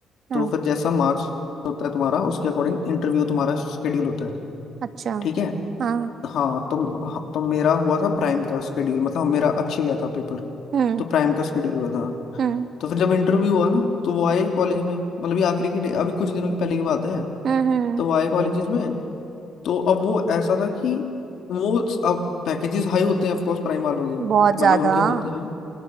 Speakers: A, on the right; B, on the left.
A: हाँ
B: तो फिर जैसा मार्क्स होता है तुम्हारा उसके अकॉर्डिंग इंटरव्यू तुम्हारा शेड्यूल होता है
A: अच्छा
B: ठीक है
A: हाँ
B: हाँ तो हाँ, तो मेरा हुआ था प्राइम का शेड्यूल मतलब मेरा अच्छे गया था पेपर
A: हम्म
B: तो प्राइम का शेड्यूल हुआ था
A: हम्म
B: तो फिर जब इंटरव्यू हुआ ना तो वो आए कॉलेज में मतलब ये आखिरी की डे- अभी कुछ दिनों की पहले की बात है
A: हम्म हम्म
B: तो वो आए कॉलेजेस में तो अब वो ऐसा था कि वो अब पैकेजेस हाई होते हैं ऑफकोर्स प्राइम वालों के
A: बहुत ज्यादा
B: मतलब उनके
A: हाँ
B: होते हैं